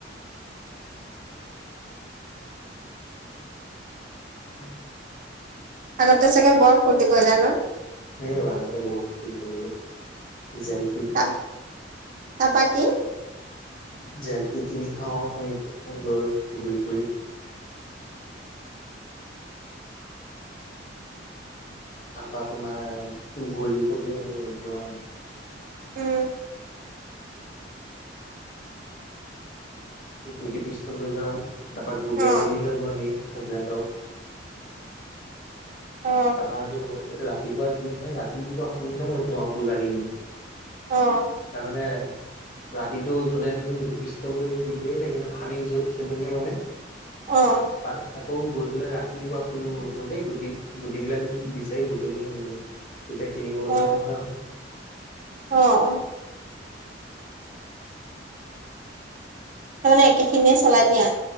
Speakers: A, on the left; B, on the right.
A: উম।
B: আগতে চাগে বৰ ফুৰ্তি কৰিলা ন?
A: সেয়ে আগতে বহুত ফুৰ্তী কৰিলো, জেলপি
B: তাৰ পা কি?
A: জেলপি কিনি খাও, আমি গৈ ঘূৰি ফুৰি। তাপা তোমাৰ ঘূৰি পকিয়ে মোৰ উঠি ওহা নাই।
B: উম
A: গুটি পিষ্টল লৈ যাও, তাৰপা গুলিয়া
B: অ
A: গুলি লাগো আমি, সেইবিলাক আও।
B: অ
A: তাৰপা আকৌ ৰাতিপুৱা কি হয়, ৰাতিপুৱা সোনকালে উঠো আৰু পূজা কিন।
B: অ
A: তাৰমানে ৰাতিটো যোনে তোনে গুটি পিষ্টল লৈ গুলিয়াই থাকে, আমি য'ত খেলোগে মানে।
B: অ'।
A: তাত আকৌ গৈ পেলাই ৰাতিপুৱা তোল <unintelligible> দেই গুটি গুটিবিলাক বিচাৰি বুটলি আনোগে, তেতিয়া কিনিব লগা
B: অ
A: নহয় আৰু।
B: অ'। তাৰমানে একেখিনিয়ে চলাই দিয়া?